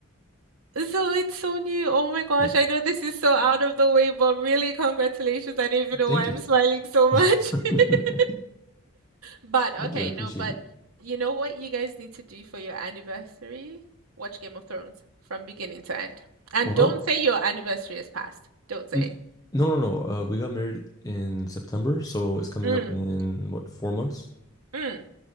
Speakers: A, on the right; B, on the left.
A: So it's so new. Oh my gosh,
B: Yeah.
A: I know this is so out of the way, but really, congratulations. I don't even know
B: Thank
A: why
B: you.
A: I'm smiling
B: <laughs>
A: so much.
B: Thank
A: <laughs> But okay,
B: you. I appreciate
A: no, but
B: it.
A: you know what you guys need to do for your anniversary? Watch Game of Thrones from beginning to end. And
B: Well,
A: don't say your anniversary is past. Don't say
B: n no, no, no. Uh, we got married in September, so it's coming
A: it.
B: up in
A: Mm,
B: what, four months?
A: mm.